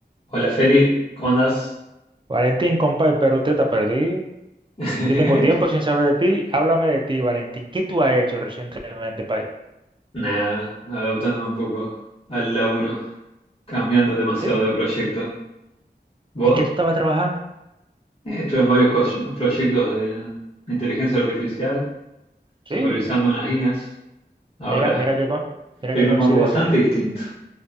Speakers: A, on the left; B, on the right.
A: Hola Feli, ¿cómo andás?
B: Valentín, compa, pero usted está perdido.
A: <laughs>
B: Yo tengo tiempo sin saber de ti. Háblame de ti, Valentín. ¿Qué tú has hecho recientemente, país?
A: Nada, adaptándome un poco al laburo, cambiando demasiado
B: Sí.
A: de proyecto. ¿Vos?
B: ¿En qué tú estabas trabajando?
A: Eh, estuve en varios cos- proyectos de inteligencia artificial, supervisando
B: Sí.
A: unas guías. Ahora
B: Mira, mira qué, co-
A: estoy
B: mira qué
A: en
B: coincidencia.
A: un mambo bastante
B: yo-
A: distinto.